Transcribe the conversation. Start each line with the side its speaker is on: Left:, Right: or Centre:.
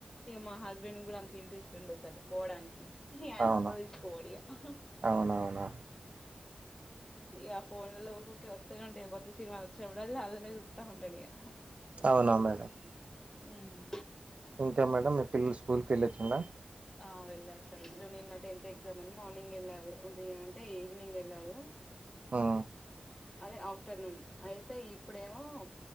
Left: ఇక మా హస్బెండ్ కూడా అంత ఇంట్రెస్ట్ ఉండదు సార్ పోవడానికి ఈ హా
Right: అవునా
Left: మమ్మల్ని తీస్కొని పోదు ఇగ
Right: అవునవునా
Left: యా ఫో ఒత్తనే ఉంటే కొత్త సినిమా వచ్చినపుడులా అవే చూస్తానే ఉంటాడుమల్ల
Right: అవునా మేడం
Left: హ్మ్
Right: ఇంకా మేడంమ్ మీ పిల్లలు స్కూల్కి వెళ్ళొచ్చిందా
Left: ఆ వెళ్లారు సార్ <inaudible> నిన్న టెన్త్ ఎ మని మార్నింగ్ వెళ్ళారు అంటే ఈవినింగ్ వెళ్ళారు
Right: ఆ
Left: అదే ఆఫ్టర్నూన్ అయితే ఇప్పుడేమో